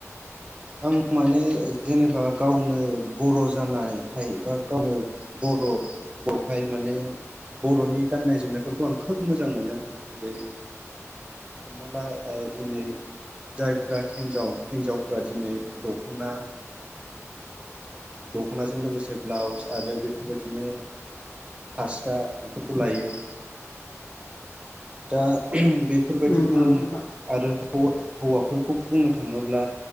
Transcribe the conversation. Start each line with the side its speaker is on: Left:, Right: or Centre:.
Right: आं माने जेनेबा गावनो बर' जानाय खाय बा गावनो बर'। बावहाय माने बर'नि गाननाय जोमनायफोरखौ आं खोब मोजां मोनो जेरै हमना ला दिनै जायफ्रा हिन्जाव हिनजाव बा दिनै दख'ना दख'नाजों लोगोसे ब्लाउस आरो बेफोरबायदिनो फास्रा बेफोरखौ लायो। दा बेफोरबायदिखौ
Left: उम औ
Right: नु
Left: नोंथां
Right: आरो हौवा-होवाफोरखौ बुंनो थाङोब्ला